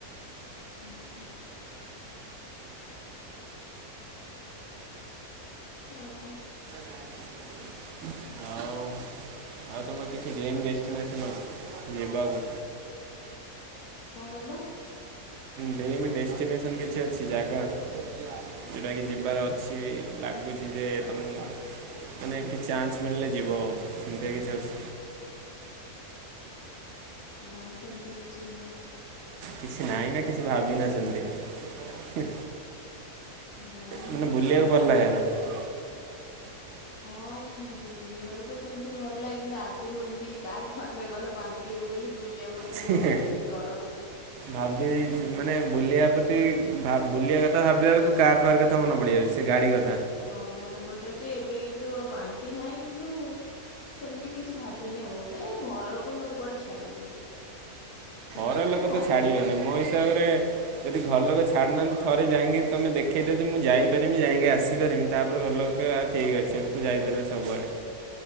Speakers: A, on the left (about 80°); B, on the right (about 60°).
A: ଉଁ ହୁଁ। ଆଉ କଣ?
B: ଆଉ ଆଉ ତମର କିଛି ଡ୍ରିମ୍ ଡେଷ୍ଟଟିନସନ ଅଛି ଯିବା କୁ?
A: କଣ କହିଲ?
B: ଡ୍ରିମ ଡେଷ୍ଟିନେସନ କିଛି ଅଛି ଜାଗା। ଯଉଟା କି ଯିବାର ଅଛି ଲାଗୁଛି ଯେ ତମକୁ ମାନେ କିଛି ଚାନ୍ସ ମିଳିଲେ ଯିବ। <unintelligible>
A: ନା ସେମିତି କିଛି ବି ନାହିଁ।
B: କିଛି ନହିଁ ନା କିଛି ଭାବିନା ସେମିତି।
A: ନା ହେମିତି
B: ମାନେ ବୁଲିବାକୁ
A: କିଛି ଭାବିନି।
B: ଭଲ ଲାଗେ ନା
A: ହଁ ବୁଲିବାକୁ ତ ସେମିତି ଭଲ ଲାଗେ। କିନ୍ତୁ ଆଗରୁ ଏମିତି କାର ଫାର ରେ ଗଲେ ବା ନ୍ତି ହୁଏ ବୋଲି ବୁଲିବା ପ୍ରତି
B: ଛେହେ
A: ମୋର ଭାରି ଟିକେ ଡର।
B: ଭାବି ଦେଇଛି ମାନେ ବୁଲିବା ଭା ବୁଲିବା କଥା ଭାବିଲା ବେଳକୁ କାର୍ ଫାର୍ କଥା ମନେ ପଡିଯାଉଚି ସେ ଗାଡି କଥା।
A: ହଁ ମନେ ପଡିଯାଉଚି। ଏବେ କିନ୍ତୁ ଆଉ ବାନ୍ତି ନାହିଁ କିନ୍ତୁ ସେମିତି କିଛି ଭାବିନି ଆଉ ତ ଏ ଘର ଲୋକ ମତେ କୁଆଡେ ଛାଡିବେନି। ସେଥିପାଇଁ
B: ଘର
A: ମୁଁ
B: ଲୋକ ତ
A: ଭାବେନି।
B: ଛାଡ଼ିବେନି। ମୋ ହିସାବରେ ଯଦି ଘର ଲୋକ ଛାଡ଼ୁନାହାନ୍ତି ଥରେ ଯାଇକି ତମେ ଦେଖେଇ ଦିଅ ଯେ ମୁଁ ଯାଇପାରମି ଯାଇକି ଆସିପାରମି ତାପରେ ଘର ଲୋକ କହୀବେ ହ ଠିକ୍ ଅଛି। ଏବେ ତୁ ଯାଇ ପାରିବୁ ସବୁଆଡ଼େ।